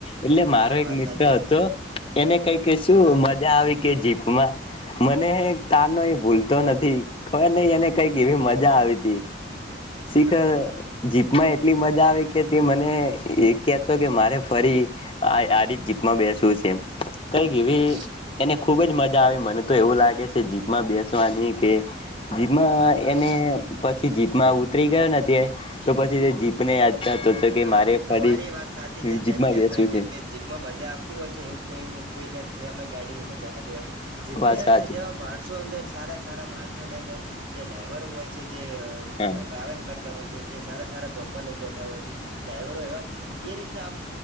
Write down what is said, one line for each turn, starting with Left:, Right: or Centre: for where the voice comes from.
Left: એટલે મારો
Right: હા
Left: એક
Right: વાત
Left: મિત્ર
Right: સાચી
Left: હતો
Right: છે
Left: એને કઈ કે શું
Right: હા
Left: મજા આવી કે જીપમાં. મને
Right: હા
Left: કારનો એ ભૂલતો નથી ખબર નહી એને કઈક એવી મજા મજા આવી તી. શીખર
Right: હા હા
Left: જી. માં એટલી મજા આવે કે તે મને એ કેહેતો કે મારે ફરી આ આરી જ જીપમાં બેસવું છે એ કઈક
Right: હા
Left: એવી
Right: હા
Left: એને ખુબ જ મજા આવે મને તો એવું લાગે છે જીપમાં બેસવાની
Right: હા
Left: કે જીપમાં
Right: હા
Left: એને પછી. પછી જીપમાં ઉતરી ગયો નથી તં તો પછી તે જીપને કરતો હતો કે
Right: હા
Left: મારે ફરી
Right: તમારી વાત સાચી છે
Left: જીપમાં
Right: જેમ કે
Left: બેસવું
Right: જેમ
Left: છે
Right: કે જીપમાં મજા આવતી હોય છે એવું કોઈ કોઈને. ગાડીમાં મજા નથી આવતી જીપની
Left: વાત સાચી
Right: અંદર જેવા માણસો અંદર સારા સારા માણસોની અંદર. જે ડ્રાઈવરો હોય છે જે
Left: હા
Right: ટ્રાવેલ કરતા હોય છે જે સારા સારા ધોમમાં લઈ જતા હોય છે. ડ્રાઈવરો એવા એ રી. ના